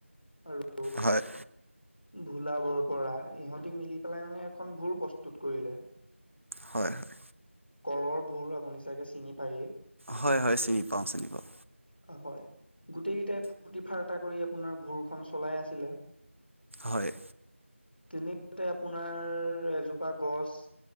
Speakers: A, on the left; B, on the right.
A: আৰু
B: হয়'।
A: ভোলাবৰ বৰা, ইহঁতি মিলি পেলাই মানে, এখন ভুৰ প্ৰস্তুত কৰিলে।
B: হয়', হয়'।
A: কলৰ ভোৰ আপুনি চাগে চিনি পায়েই?
B: হয়', হয়', চিনি পাওঁ, চিনি পাওঁ।
A: হয়'। গোটেই কেইটাই ফূৰ্তি ফাৰ্তা কৰি, আপোনাৰ ভোৰখন চলাই আছিলে।
B: হয়'।
A: তেনেতে আপোনাৰ এজোপা গছ